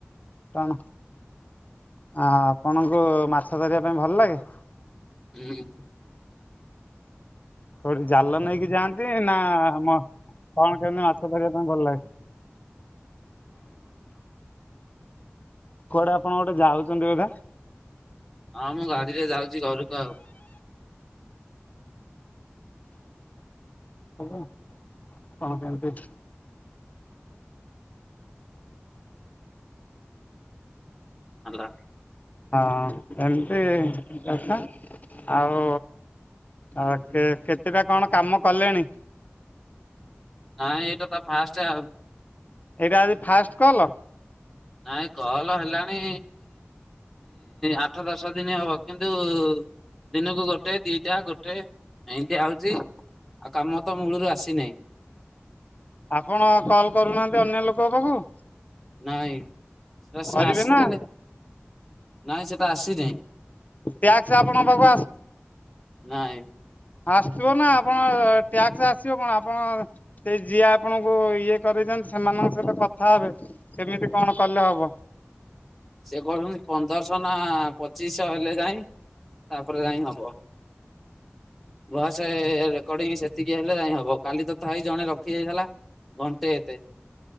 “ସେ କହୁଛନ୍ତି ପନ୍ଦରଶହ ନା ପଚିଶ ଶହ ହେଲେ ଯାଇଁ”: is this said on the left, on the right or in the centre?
Centre